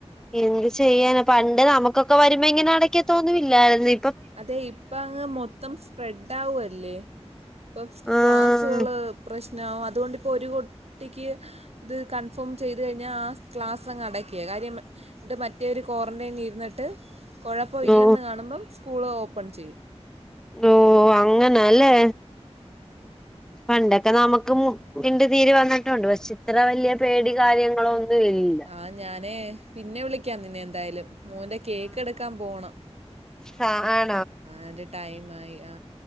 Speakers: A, in the centre; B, on the right.
A: എന്ത് ചെയ്യാന പണ്ട് നമുക്കൊക്കെ വരുമ്പോ ഇങ്ങനെ അടക്കക്കത്തൊന്നും ഇല്ലായിരുന്നോ
B: അതെ ഇപ്പ അങ്ങ് മൊത്തം സ്പ്രെഡ് ആവുവല്ലേ? ഇപ്പം
A: ആഹ്
B: ക്ലാസ്സുകള് പ്രശ് ആ അതുകൊണ്ടിപ്പോ ഒരു കുട്ടിക്ക് ഇത് കൺഫേം ചെയ് ത്‌ കഴിഞ്ഞാ ആ ക്ലാസ്സങ്ങ് അടക്ക്വേ. കാര്യം എന്നിട്ട്‌ മറ്റോര് കോറെന്റൈൻ ഇര്ന്നിട്ട് കൊഴപ്പം ഇല്ലെന്ന്
A: ഓ
B: കാണുമ്പം സ്കൂൾ ഓപ്പൺ ചെയ്യും
A: ഓ അങ്ങനെ അല്ലേ? പണ്ടൊക്കെ നമക്ക് മുട്ട്ന്റെ നീര് വന്നിട്ടുണ്ട്. പക്ഷെ ഇത്ര വല്യ പേടി കാര്യങ്ങളോ ഒന്നു ഇല്ല.
B: ആ ഞാൻ പിന്നെ വിളിക്കാം നിന്നെ എന്തായാലും. മോന്റെ കേക്കെടുക്കാൻ പോണം.
A: ആ ആ
B: അതിന്റെ ടൈം ആയി ആ.